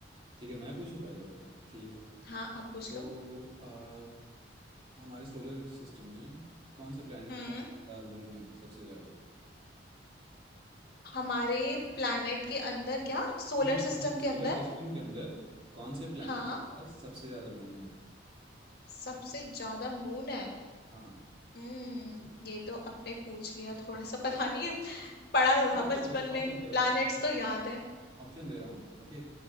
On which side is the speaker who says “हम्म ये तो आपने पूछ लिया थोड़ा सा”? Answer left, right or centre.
Left